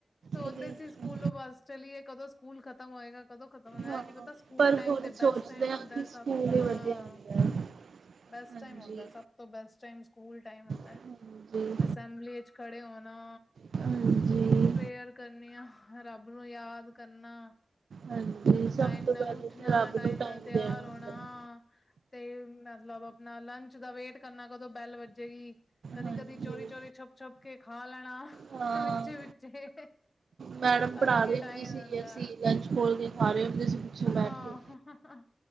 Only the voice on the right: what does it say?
ਕਿੰਨੀ
ਹਾਂ
ਪਰ
ਹੁਣ
ਸੋਚਦੇ
ਹਾਂ
ਕਿ
ਸਕੂਲ
ਹੀ
ਵਧੀਆ ਹੁੰਦਾ ਹੈ।
ਹਾਂਜੀ
ਹਾਂਜੀ
ਹਾਂਜੀ
ਹਾਂਜੀ, ਸਭ
ਤੋਂ
ਪਹਿਲੇ
ਤਾਂ ਰੱਬ
ਨੂੰ
ਦੇਣਾ ਹੁੰਦਾ
ਹੈ।
ਹਾਂਜੀ
ਹਾਂ
ਮੈਡਮ ਪੜ੍ਹਾ
ਰਹੀ
ਹੁੰਦੀ
ਸੀ
ਅਸੀਂ ਲੰਚ ਖੋਲ ਕੇ ਖਾ ਰਹੇ ਹੁੰਦੇ ਸੀ ਪਿੱਛੇ ਬੈਠ
ਕੇ